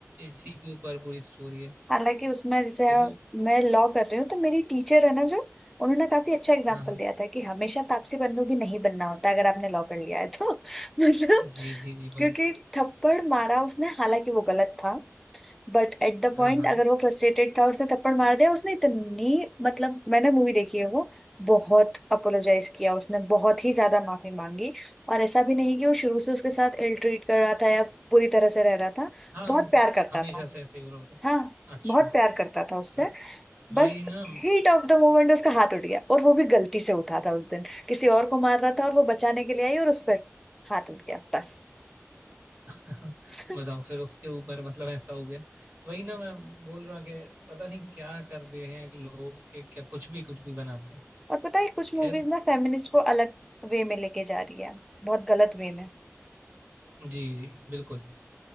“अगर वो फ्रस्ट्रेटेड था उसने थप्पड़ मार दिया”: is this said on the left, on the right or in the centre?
Centre